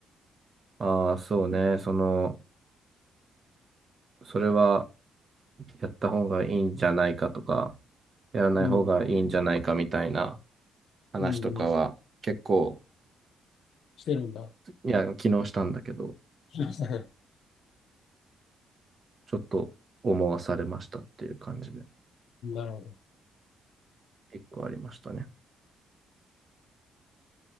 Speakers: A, on the right; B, on the left.
A: ああ、そうね、その、それはやった方がいいんじゃないかとか、やらない方がいいんじゃないかみたいな
B: うん
A: 話とかは結構、
B: うんうんしてるんだ。
A: いや、昨日したんだけど、
B: <laughs>
A: ちょっと思わされましたっていう感じで、
B: なるほど。
A: 一個ありましたね。